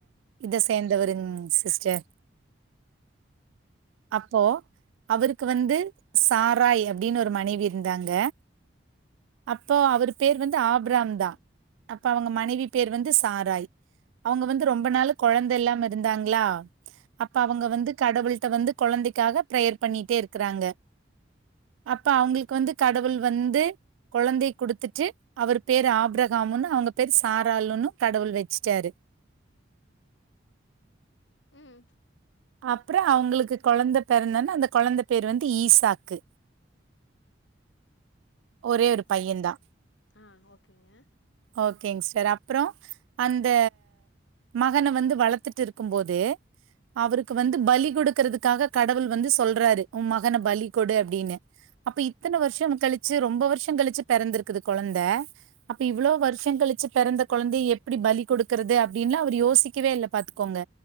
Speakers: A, on the right; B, on the left.
A: இத சேந்தவருங் சிஸ்டர் அப்போ அவருக்கு வந்து சாராய் அப்டின்னு ஒரு மனைவி இருந்தாங்க அப்போ அவரு பேர் வந்து ஆப்ராம் தா அப்ப அவுங்க மனைவி பேர் வந்து சாராய் அவுங்க வந்து ரொம்ப நாள் கொழந்த இல்லாமருந்தாங்ளா அப்ப அவுங்க
B: ம்.
A: வந்து கடவுள்ட்ட வந்து கொழந்தைக்காக பிரேயர் பண்ணிட்டே இருக்கிறாங்க அப்ப அவுங்களுக்கு வந்து கடவுள் வந்து கொழந்தைய குடுத்துட்டு அவரு பேரு ஆப்ரஹாம்னு அவுங்க பேரு சாராலுனு கடவுள் வச்சிட்டாரு
B: ம்
A: அப்புறொ அவுங்களுக்கு கொழந்த பெறந்தோன அந்த கொழந்த பேரு வந்து ஈசாக்கு ஒரே ஒரு பையன்
B: ச
A: தா
B: ஆ ஓகேங்க.
A: ஓகேங்ஸ்டர் அப்புறோ அந்த மகன வந்து வளத்துட்டுருக்கும்போது அவருக்கு வந்து பலி குடுக்கறதுக்காக கடவுள் வந்து சொல்றாரு உம் மகன பலி கொடு அப்டின்னு அப்ப இத்தன வருஷொ கழிச்சு ரொம்ப வருஷொ கழிச்சு பெறந்திருக்குது கொழந்த அப்ப இவ்ளோ வருஷொ கழிச்சு பெறந்த கொழந்தய எப்டி பலி கொடுக்குறது அப்டின்லா அவுர் யோசிக்கவே இல்லப் பாத்துக்கோங்க